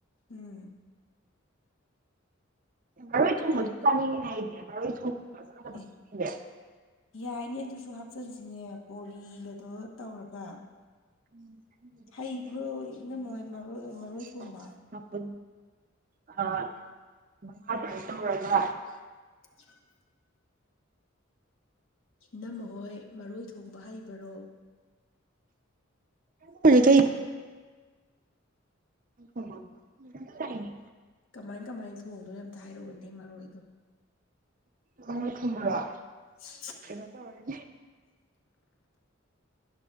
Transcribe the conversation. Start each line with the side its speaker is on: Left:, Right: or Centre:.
Left: ꯎꯝ꯫
Right: ꯊꯔꫭꯏ ꯊꯣꯡꯕꯁꯨ ꯆꯥꯅꯤꯡꯏꯅꯦ ꯑꯩꯗꯤ ꯊꯔꫭꯏ ꯊꫭꯡ
Left: ꯑꯦ
Right: <inaudible>
Left: ꯌꯥꯏꯅꯦ ꯑꯗꯨꯁꯨ ꯍꯥꯞꯆꯟꯁꯤꯅꯦ ꯀꫭꯕꯤꯒ ꯇꯩꯔ ꯇꯧꯔꯒ꯫
Right: <inaudible>
Left: ꯍꯩꯕ꯭ꯔꯣ ꯏꯅꯝꯃꯍꯣꯏ ꯃꯔꯣꯏ ꯃꯔꯣꯏ ꯊꯣꯡꯕ
Right: <inaudible>
Left: <inaudible> ꯏꯅꯝꯃ ꯍꯣꯏ ꯃꯔꯣꯏ ꯊꯣꯡꯕ ꯍꯩꯕꯔꯣ꯫
Right: ꯀꯨꯂꯤꯊꯣꯏꯞ ꯎꯝꯃꯥꯟ ꯇꯥꯢꯌꯦꯅꯦ
Left: ꯀꯃꯥꯢ ꯀꯃꯥꯢ ꯊꯣꯡꯗꯣꯢꯅꯣ ꯊꯣꯡꯗꯨꯢꯅꯣ ꯑꯝꯇ ꯍꯥꯏꯔꯛꯑꯣꯅꯦ ꯃꯔꯣꯏꯗꯣ
Right: ꯃꯔꯣꯢ ꯊꯣꯡꯕꯔꯣ
Left: <unintelligible>
Right: ꯀꯩꯅꯣ ꯇꯧꯔꯦ